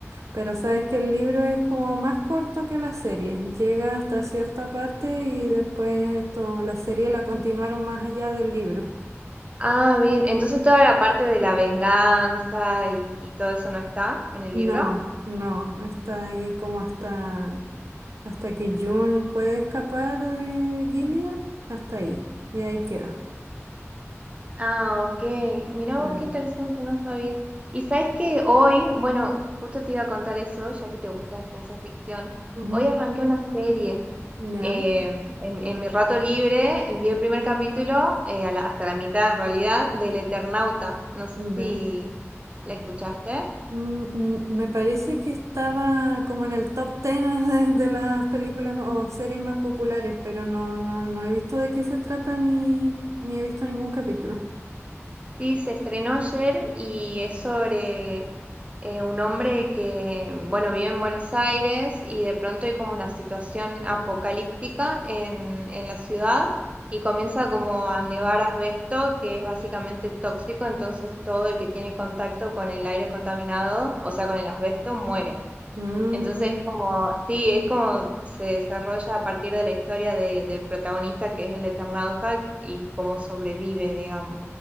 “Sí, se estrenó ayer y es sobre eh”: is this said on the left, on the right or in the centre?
Right